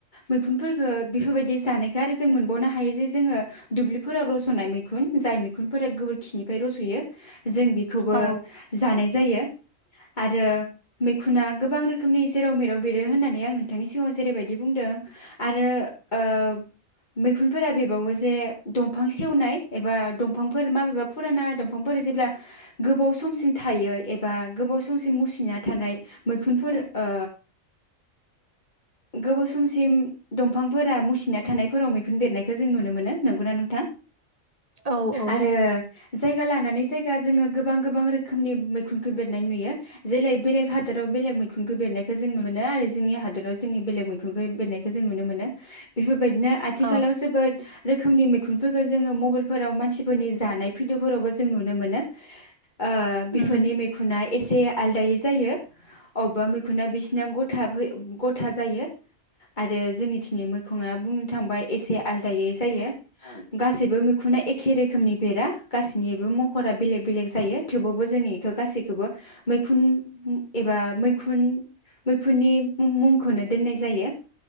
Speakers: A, on the left (about 35°); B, on the right (about 25°).
A: मैखुनफोरखो बेफोरबायदि जानायखौ आरो जों मोनबावनो हायो जे जोङो दुब्लिफोराव रज'नाय मैखुन जाय मैखुनफोरा गोबोरखिनिफ्राय रज'यो। जों बेखौबो
B: औ
A: जानाय जायो। आरो मैखुना गोबां रोखोमनि जेराव मेराव बेरो होननानै आं नोंथांनि सिगाङाव जेरैबायदि बुंदों आरो ओ मैखुनफोरा बेरबावो जे दंफां सेवनाय एबा दंफांफोर माबेबा फुराना दंफांफोर जेब्ला गोबाव समसिम थायो एबा गोबाव समसिम मुसिना थानाय मैखुनफोर ओ गोबाव स समसिम दंफांफोरा मुसिना थानायफोराव मैखुन बेरनायखौ जों नुनो मोनो नंगौना नोंथां?
B: औ औ
A: आरो जायगा लानानै जायगा जोङो गोबां गोबां रोखोमनि मैखुनखौ बेरनाय नुयो जेलै बेलेग हादराव बेलेग मैखुनखौ बेरनायखौ जों नु मोनो आरो जोंनि हादोराव जोंनि बेलेग मैख <unintelligible> बेरनायखौ जों नुनो मोनो बेफोरबायद बिदिनो आथिखालाव
B: औ
A: जोबोद रोख रोखोमनि मैखुनफोरखौ जोङो मबाइलफोराव मानसि बेफोरनि जानाय फिद'फोरावबो जों नुनो मोनो ओ बिफोरनि
B: उम
A: मैखुना एसे आलदायै जायो। अबेबा मैखुना बिसिनाया गथाफै गथा जायो। आरो जोंनिथिंनि मैखुङा बुंनो थांबा एसे आलदायै जायो गासैबो मैखुना एखे रोखोमनि बेरा गासैनिबो महरा बेलेग बेलेग जायो थेवबावबो जों इखौ गासैखौबो मैखुन एबा मैखुन मैखुननि मुंखौनो दोननायज जायो